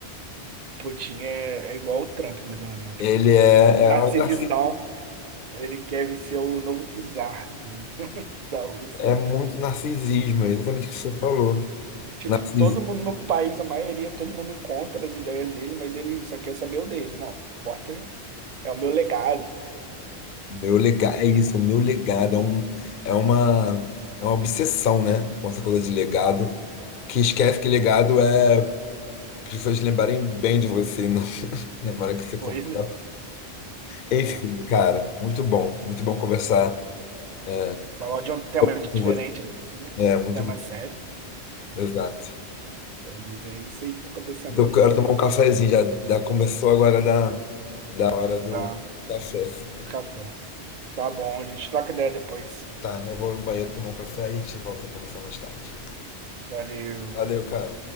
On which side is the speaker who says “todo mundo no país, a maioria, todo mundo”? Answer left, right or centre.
Right